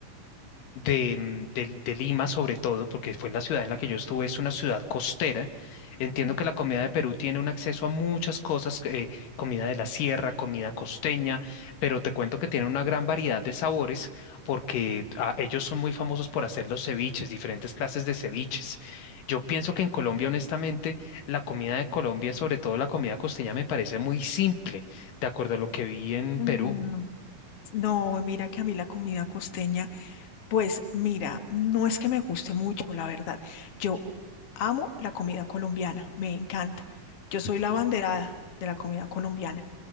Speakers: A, on the left; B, on the left.
A: de, mm, de- de Lima sobre todo, porque fue la ciudad en la que yo estuve, es una ciudad costera. Entiendo
B: Sí.
A: que la comida de Perú tiene un acceso a muchas cosas, eh, comida de la sierra, comida costeña, pero te cuento que tiene una gran variedad de sabores porque ah, ellos son muy famosos por hacer los ceviches, diferentes clases de ceviches. Yo pienso que en Colombia, honestamente, la comida de Colombia, sobre todo la comida costeña, me parece muy simple, de acuerdo a lo que vi en
B: Mm,
A: Perú.
B: No, mira que a mí la comida costeña Pues mira, no es que me guste mucho, la verdad. Yo amo la comida colombiana, me encanta. Yo soy la abanderada de la comida colombiana,